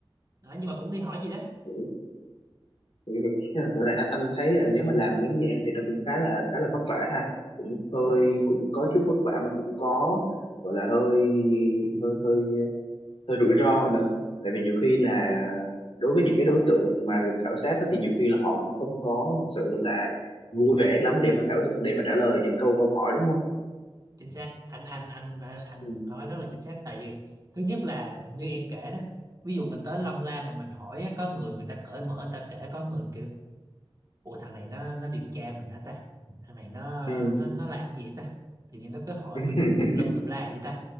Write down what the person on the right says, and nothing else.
đó, nhưng mà cũng đi hỏi gì đó
chính xác anh anh anh anh anh
nói rất là chính xác tại vì thứ nhất là như em kể đó ví dụ mình tới lân la mà mình hỏi á, có người người ta cởi mở người ta kể có người kiểu ủa thằng này nó nó điều tra mình hả ta thằng này nó
nó nó làm cái gì ta tự nhiên nó cứ hỏi
mình tùm lum tùm la vậy ta